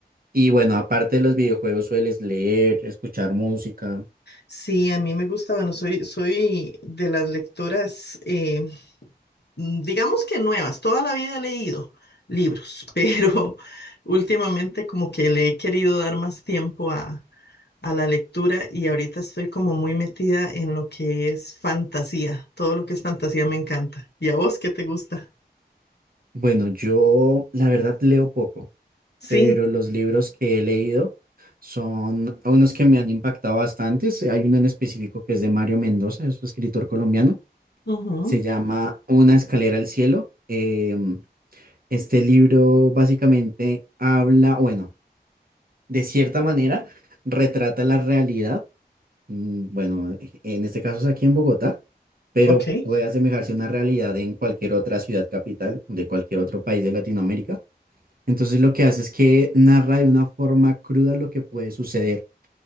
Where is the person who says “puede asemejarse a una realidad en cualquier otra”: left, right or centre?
Right